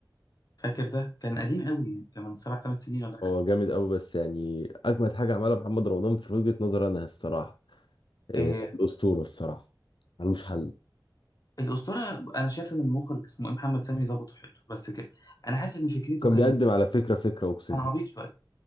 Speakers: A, on the left; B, on the left.
A: فاكر ده كان قديم قوي يعني كان من سبع ثمان سنين ولا حاجة
B: هو جامد قوي بس يعني اجمد حاجه عملها محمد رمضان في وجهه نظري انا الصراحه إيه
A: آه
B: الاسطوره الصراحه ملوش حل
A: الأسطورة أنا شايف إن المخرج اسمه إيه محمد سامي ظبطه حلو بس ك... أنا حاسس إن فكرته
B: كان
A: كانت
B: بيقدم على فكره فكره اقسم
A: كان
B: بالله
A: عبيط شوية